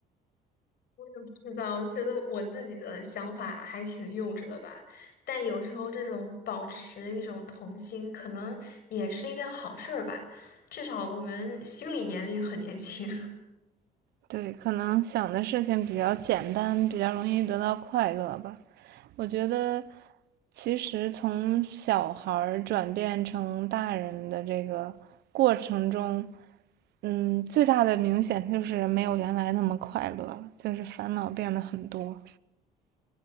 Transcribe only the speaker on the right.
对，可能想的事情比较简单，比较容易得到快乐吧。我觉得，其实从小孩儿转变成大人的这个过程中，嗯，最大的明显就是没有原来那么快乐了，就是烦恼变得很多。